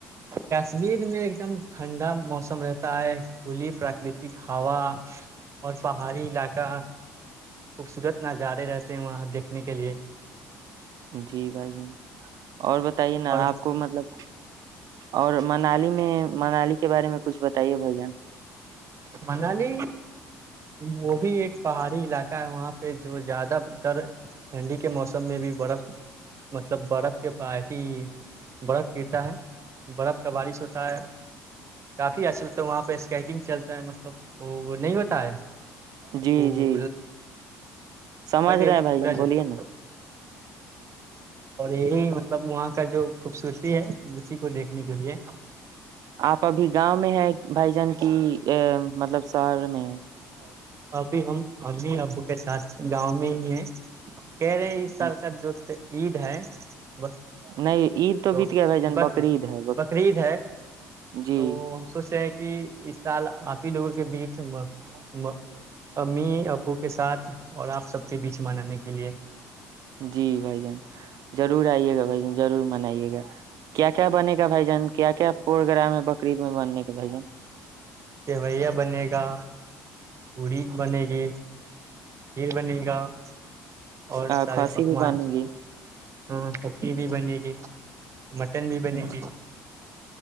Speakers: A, on the right; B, on the right.
A: کشمیر میں ایک دم ٹھنڈا موسم رہتا ہے کھلی پراکرتک ہوا اور پہاڑی علاقہ خوبصورت نظارے رہتے ہیں وہاں دیکھنے کے لیے
B: جی بھائی ج اور ب <unintelligible> بتائی نا
A: اور
B: آپ کو مطلب اور منالی میں <unintelligible> منالی کے بارے میں <unintelligible> کچھ بتائیے بھ جن
A: منالی
B: <inaudible>
A: وہ بھی ایک پہاڑی علاقہ ہے وہاں پہ جو زیادہ تر ٹھنڈی کے موسم میں بھی برف مطلب برف کے پ ہی برف گرتا ہے برف کا بارش ہوتا ہے کافی اچھا لگتا ہے وہاں پہ اسکیٹنگ چلتا ہے مطلب وہ نہیں ہوتا ہے
B: جی
A: وہ
B: جی سمجھ
A: ہ
B: رہے ہیں بھائی جان بولیے نا
A: اور یہ <unintelligible> مطلب وہاں کا جو خوبصورتی ہے اسی کو دیکھنے کے لیے
B: آپ ابھی گاؤں میں ہے بھائی جان کی ا مطلب شہر میں <unintelligible>
A: ابھی ہم ابھی ابو کے ساتھ گاؤں میں ہی ہیں <unintelligible> کیرے اس سال
B: اچھا
A: کا جوورتے عید ہے <unintelligible> ری
B: نہیں عید
A: تو
B: بیت گیا بھائی جان
A: بقرید
B: بقرعید ہے
A: بقرعید ہے
B: جی
A: تو ہم سوچ رہ ہیں کہ اس سال آپ <unintelligible> ک لووں کے بیچبا <unintelligible>
B: جی <unintelligible>
A: امی ابو کے ساتھ <unintelligible> ساتھ اور آپ سب کے بیچ منانے کے لیے
B: جی بھائی جان ضرور آئیے گا بھ جن ضرور منائیے گا کیا کیا بنے گا بھائی جان کیا کیا پروگرام ہے بقرریید میں بننے کا بھائی جن
A: سویا بنے گا پڑی بنے گی کھیر بنے گا <unintelligible> اور
B: آ،
A: سارے
B: کھانسی
A: پکوان
B: بھی بنے
A: <unintelligible>
B: گی
A: ہاں سبی بھی بنے گی <unintelligible> مٹن بھی بنے
B: اچھا
A: گی <unintelligible>